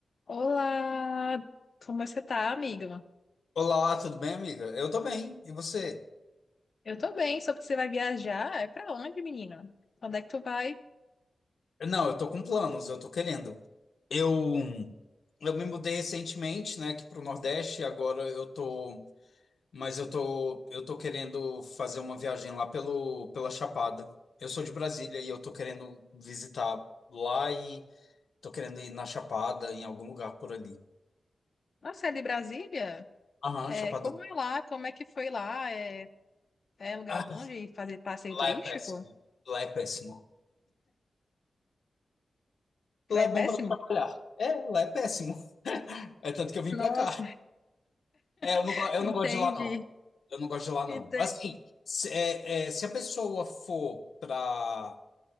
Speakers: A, on the left; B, on the left.
A: Olá, como você tá, amiga?
B: Olá, tudo bem, amiga? Eu tô bem. E você?
A: Eu tô bem, soube que você vai viajar. É pra onde, menina? Quando é que tu vai?
B: Não, eu tô com planos, eu tô querendo. Eu, eu me mudei recentemente, né, aqui pro Nordeste, E agora eu tô, mas eu tô, eu tô querendo fazer uma viagem lá pelo, pela Chapada. Eu sou de Brasília e eu tô querendo visitar lá e tô querendo ir na Chapada, em algum lugar por ali.
A: Nossa, é de Brasília?
B: Aham,
A: É,
B: Chapada.
A: como é lá? Como é que foi lá? É, é lugar
B: Ah,
A: bom de fazer passeio
B: lá
A: turístico?
B: é péssimo. Lá é péssimo. Lá
A: É
B: é
A: péssimo?
B: bom pra trabalhar. É, lá é péssimo. É tanto que eu vim
A: Nossa,
B: pra cá. É, eu
A: <laughs>
B: não, go- eu
A: entendi,
B: não gosto de lá, não. Eu não gosto de lá,
A: ente-
B: não. Assim, se, é, é, se a pessoa for para,